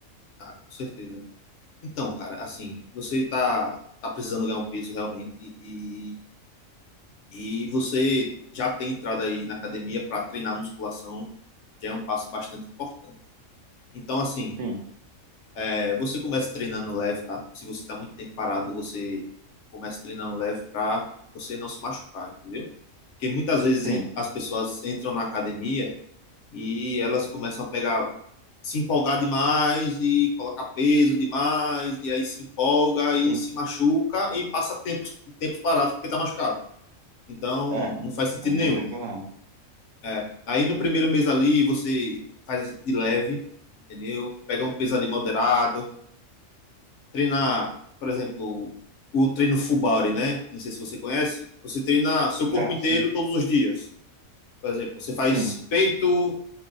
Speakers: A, on the left (about 65°); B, on the right (about 70°).
A: tá, com certeza. Então, cara, assim, você tá, tá precisando ganhar um peso realmente e, e você já tem entrado aí na academia para treinar musculação, já é um passo bastante importante. Então, assim,
B: Sim,
A: é, você começa treinando leve, tá? Se você tá muito tempo parado, você começa treinando leve para você não se machucar, entendeu? Porque muitas vezes
B: sim,
A: en- as pessoas entram na academia e elas começam a pegar, se empolgar demais e colocar peso demais, e aí se empolga e
B: sim.
A: se machuca e passa tempos, tempos parados porque está machucado. Então,
B: É,
A: não faz sentido
B: aí não
A: nenhum.
B: adiantou nada.
A: É. Aí no primeiro mês ali você faz de leve, entendeu? Pega um peso ali moderado, treinar, por exemplo, o treino full body, né? Não sei se você conhece. Você treina seu
B: Já,
A: corpo inteiro
B: sim,
A: todos os dias. Por exemplo, você faz
B: sim,
A: peito,